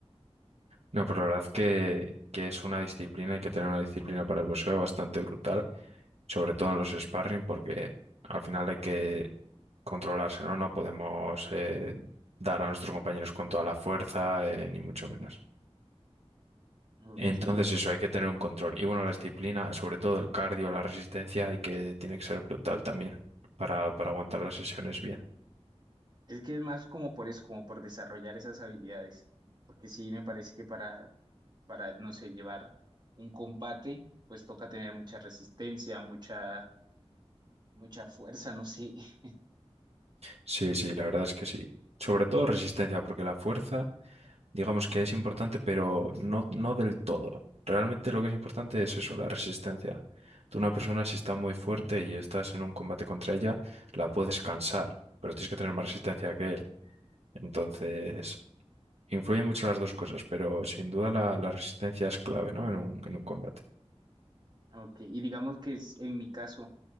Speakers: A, on the right; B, on the right.
A: No, pues la verdad que, que es una disciplina, hay que tener una disciplina para el boxeo bastante brutal, sobre todo en los sparring, porque al final hay que controlarse, ¿no? No podemos eh, dar a nuestros compañeros con toda la fuerza, eh, ni mucho menos.
B: Ok.
A: Entonces eso, hay que tener un control. Y bueno, la disciplina, sobre todo el cardio, la resistencia, hay que, tiene que ser brutal también para, para aguantar las sesiones bien.
B: Es que es más como por eso, como por desarrollar esas habilidades. Porque sí, me parece que para, para, no sé, llevar un combate, pues toca tener mucha resistencia, mucha, mucha fuerza, no sé. <laughs>
A: Sí, sí, la verdad es que sí. Sobre todo resistencia, porque la fuerza... digamos que es importante, pero no, no del todo. Realmente lo que es importante es eso, la resistencia. Tú una persona si está muy fuerte y estás en un combate contra ella, la puedes cansar, pero tienes que tener más resistencia que él. Entonces, influyen mucho las dos cosas, pero sin duda la, la resistencia es clave, ¿no? En un, en un combate.
B: Ok, y digamos que es- en mi caso,